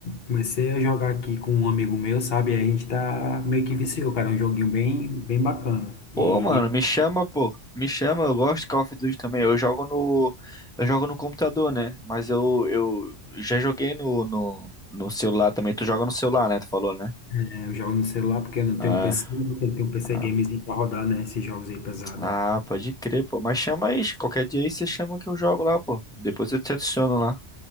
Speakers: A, on the left; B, in the centre.
A: comecei a jogar aqui com um amigo meu, sabe? E a gente tá meio que viciou, cara. É um joguinho bem, bem bacana.
B: Pô,
A: e
B: mano, me chama, pô. Me chama, eu gosto de Call of Duty também. Eu jogo no, eu jogo no computador, né? Mas eu, eu já joguei no, no, no celular também. Tu joga no celular, né? Tu falou, né?
A: É, Eu jogo no celular porque eu não
B: Ah,
A: tenho PC, tem que ter um PC
B: ah,
A: gamezinho pra rodar, né? Esses jogos aí pesados.
B: ah, pode crer, pô. Mas chama aí, qualquer dia aí você chama que eu jogo lá, pô. Depois eu te adiciono lá.